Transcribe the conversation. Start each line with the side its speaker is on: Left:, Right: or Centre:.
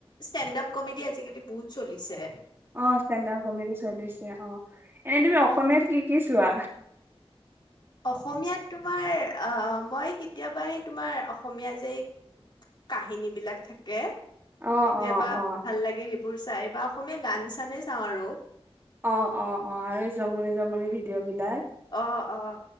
Left: ষ্টেণ্ড আপ কমেডি আজিকালি বহুত চলিছে ।
Right: অ ষ্টেণ্ড আপ কমেদি চলিছে অ এনে তুমি অসমীয়াত কি কি চোৱা?
Left: অসমীয়াত তোমাৰ অ মই কেতিয়াবা এ তোমাৰ অসমীয়া যে কাহিনী বিলাক থাকে
Right: অ
Left: কেতিয়াবা
Right: অ অ
Left: ভাল লাগে সেইবোৰ বোৰ চাই বাও অসমীয়া গান চানে চাওঁ আৰু
Right: অ অ অ আৰু এই জমনি জমনি ভিডিঅ বিলাক
Left: অ', অ',